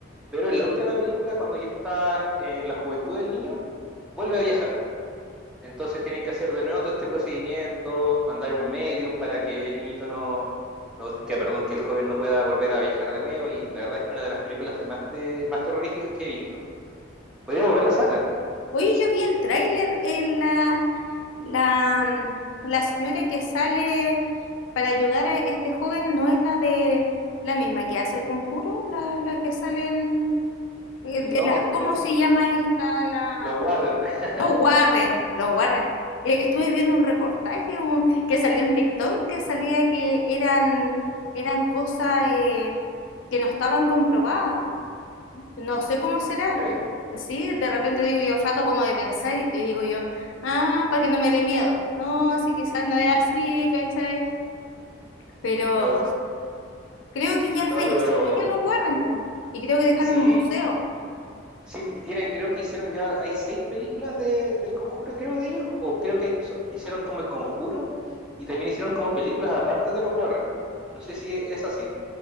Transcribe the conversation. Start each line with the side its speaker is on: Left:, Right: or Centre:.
Centre: Pero en la última película, cuando ya está en la juventud del niño, vuelve a viajar. Entonces tienen que hacer de nuevo todo este procedimiento, mandar un medium para que el niñito no, no- que perdón, que el joven no pueda volver a viajar de nuevo. Y la verdad es que una de las películas de más, te- más terroríficas que he visto. Podríamos ver la saga.
Left: Oye, yo vi el tráiler en la, la, mm, la señora que sale para ayudar a este joven no es la de la misma que hace el conjuro, la, la que sale en, eh, de
Centre: No,
Left: las,
Centre: no,
Left: ¿cómo se llama esta? La,
Centre: los Warren, <laughs>
Left: no, Warren, los Warren. Eh, estuve viendo un reportaje un- que salió en TikTok que salía que eran, eran cosas eh, que no estaban comprobadas no sé cómo será.
Centre: ¿eh?
Left: Sí, de repente digo yo rato como de pensar y digo yo, ah, para que no me dé miedo. No, sí, quizás no es así, ¿cachai? Pero
Centre: No,
Left: creo que ya
Centre: no,
Left: fallecieron
Centre: pero
Left: ya los Warren, po. Y creo que dejaron
Centre: sí,
Left: un museo.
Centre: sí, y tienen, creo que hicieron ya, hay seis películas de, del Conjuro, creo, de ellos, o creo que hay- so- hicieron como el Conjuro y también hicieron como películas aparte de los Warren. No sé si es así.